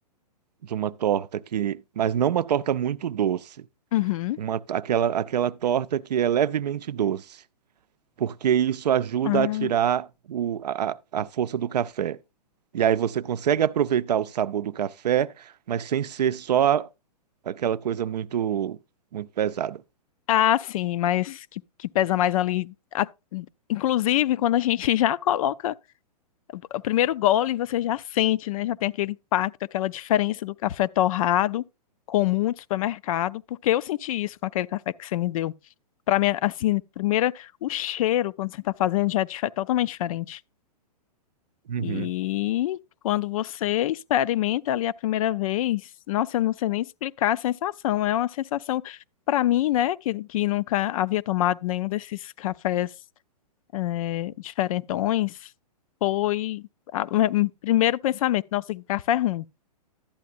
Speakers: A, on the right; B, on the left.
A: de uma torta que, mas não uma torta muito doce.
B: uhum.
A: uma, aquela, aquela torta que é levemente doce, porque isso ajuda
B: Ah,
A: a tirar o, a, a força do café. E aí você consegue aproveitar o sabor do café, mas sem ser só aquela coisa muito, muito pesada.
B: ah, sim, mas que, que pesa mais ali. A- inclusive, quando a gente <laughs> já coloca o primeiro gole você já sente, né? Já tem aquele impacto, aquela diferença do café torrado comum de supermercado, porque eu senti isso com aquele café que você me deu. Para mim, assim, primeira, o cheiro quando você está fazendo já é dife- totalmente diferente.
A: Uhum.
B: E quando você experimenta ali a primeira vez, nossa, eu não sei nem explicar a sensação. É uma sensação para mim, né, que, que nunca havia tomado nenhum desses cafés é, diferentões, foi a- o primeiro pensamento, nossa, que café ruim.